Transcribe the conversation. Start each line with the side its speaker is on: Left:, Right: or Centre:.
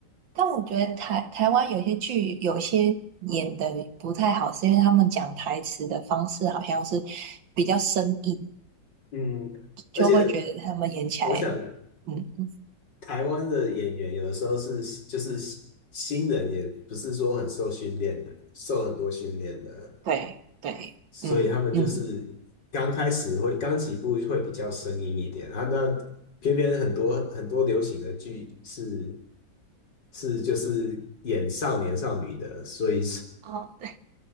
Right: 但我觉得台台湾有些剧有些演的不太好，是因为他们讲台词的方式好像是比较生硬，
Left: 嗯，而且
Right: 就会觉得他们演起来，
Left: 我想
Right: 嗯，
Left: 台湾的演员有的时候是就是新人，也不是说很受训练的，受很多训练的。
Right: 对对，
Left: 所以他们就是刚开始会刚起步会比较生硬一点啊，
Right: 嗯嗯，
Left: 那偏偏很多很多流行的剧是是就是演少年少女的，所以
Right: 哦，对，